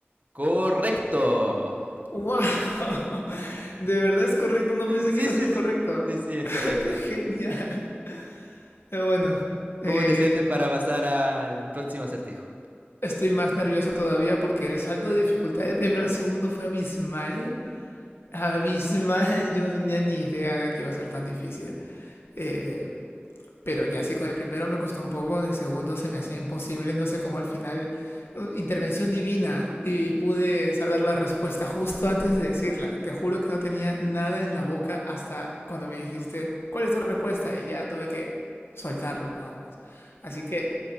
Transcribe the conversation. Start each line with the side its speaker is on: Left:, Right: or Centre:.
Right: correcto.
Left: ¡Wow! <laughs> De verdad es correcto, no pensé
Right: Sí,
Left: que iba
Right: sí,
Left: a ser
Right: sí.
Left: correcto.
Right: Sí, sí, es
Left: <laughs>
Right: correcto.
Left: ¡Qué genial! Pero bueno,
Right: ¿Cómo
Left: eh,
Right: te sientes para pasar al próximo acertijo?
Left: estoy más nervioso todavía porque el salto de dificultad del primero al segundo fue abismal. Abismal, <laughs> yo no tenía ni idea de que iba a ser tan difícil. Eh, Pero ya sí, con el primero me costó un poco, con el segundo se me hacía imposible, no sé cómo al final, un- intervención divina, y pude saber la respuesta justo antes de decirla. Te juro que no tenía nada en la boca hasta cuando me dijiste, ¿cuál es tu respuesta? Y ya tuve que soltarlo nada más. Así que